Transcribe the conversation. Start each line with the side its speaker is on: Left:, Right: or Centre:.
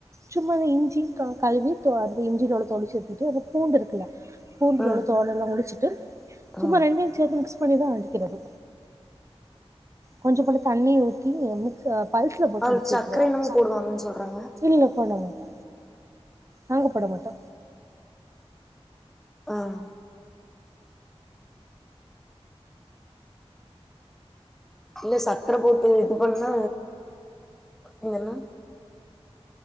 Right: சும்மாத இஞ்சி கழுவி அதுல இஞ்சியோட தொழ சேத்திட்டு அந்த பூண்டு இருக்குல பூண்டு
Centre: ம்
Right: நல்ல தோலெல்லா உறுச்சிட்டு சும்மா
Centre: ஆ
Right: ரெண்டுயும் சேர்த்து மிகஸ் பண்ணிதா அரைக்கிறது கொஞ்ச கொஞ்ச தண்ணிய ஊத்தி மிக்சில அர பல்ஸ்ல போட்டு
Centre: அதுல
Right: அடிச்சு
Centre: சக்கர
Right: வைக்கிறது
Centre: என்னமோ போடுவாங்கன்னு சொல்றாங்க
Right: இல்ல போட மாட்டே நாங்க போட மாட்டோ
Centre: ஆஹ் இல்ல ச சக்கரை போட்டு இது பண்ணா இதென்னா